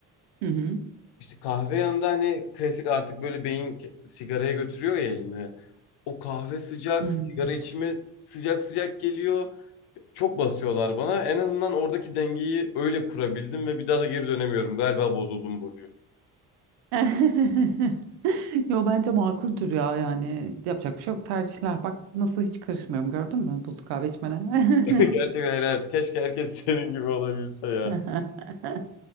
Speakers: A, on the right; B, on the left.
A: Hı hı.
B: İşte kahve yanında hani klasik artık böyle beyin ke- sigaraya götürüyor ya elini. O kahve sıcak,
A: Hmm.
B: sigara içme sıcak sıcak geliyor çok basıyorlar bana. En azından oradaki dengeyi öyle kurabildim ve bir daha da geri dönemiyorum. Galiba bozuldum Burcu.
A: <laughs> Yo bence makuldür ya yani yapacak bir şey yok tercihler. Bak nasıl hiç karışmıyorum gördün mü buzlu kahve içmene.
B: <laughs> Gerçekten
A: <laughs>
B: helal. olsun. Keşke herkes <laughs> senin gibi olabilse ya.
A: <laughs>